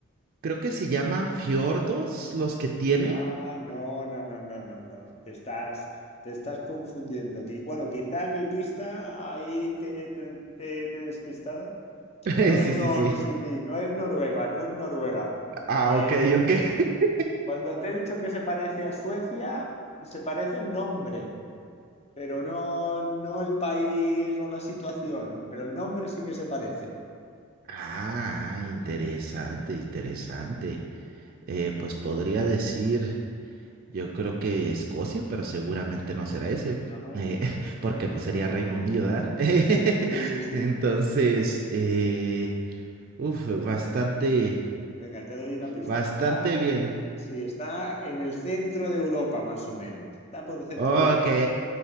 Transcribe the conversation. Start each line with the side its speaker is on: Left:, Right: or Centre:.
Right: creo que se llaman fiordos los que tiene.
Left: Ah, no, no, no, no, no, no. Te estás, te estás confundiendo. Qui- Bueno, quizá mi pista ahí te, te, te- te he despistado.
Right: <laughs>
Left: No es,
Right: Sí,
Left: no,
Right: sí, sí.
Left: sí, sí, no es Noruega, no es Noruega.
Right: Ah,
Left: Eh,
Right: ok, ok. <laughs>
Left: Cuando te he dicho que se parece a Suecia, se parece el nombre, pero no, no el país o la situación, pero el nombre sí que se parece.
Right: Ah, interesante, interesante. Eh, pues podría decir, yo creo que Escocia, pero seguramente no será ese,
Left: No,
Right: eh, <laughs>
Left: no,
Right: porque
Left: no, no,
Right: pues sería
Left: no,
Right: Reino
Left: no.
Right: Unido, ¿verdad? <laughs>
Left: Sí, sí, sí, sí.
Right: Entonces, eh, uf, bastante,
Left: Venga, te doy una pista.
Right: bastante
Left: Está,
Right: bien.
Left: sí, está en el centro de Europa, más o menos. Está por el centro
Right: Ok,
Left: de Europa.